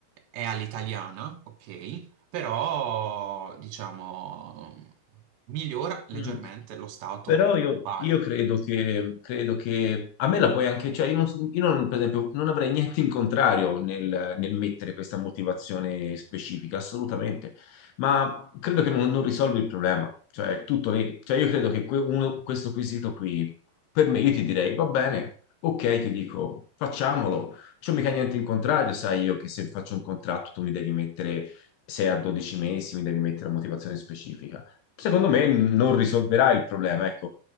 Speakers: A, on the right; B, on the left.
A: è all'italiana, ok? però diciamo migliora leggermente
B: Mm.
A: lo stato
B: Però
A: contrattuale.
B: io, io credo che, credo che a me la puoi anche, cioè io, non, io non, per esempio non avrei niente in contrario nel, nel mettere questa motivazione specifica, assolutamente, ma credo che non, non risolvi il problema, cioè è tutto lì, cioè io credo che que- uno- questo quesito qui, per me io ti direi va bene, ok, ti dico facciamolo, c'ho mica niente in contrario, sai io che se faccio un contratto tu mi devi mettere 6 a 12 mesi, mi devi mettere la motivazione specifica secondo me non risolverà il problema, ecco.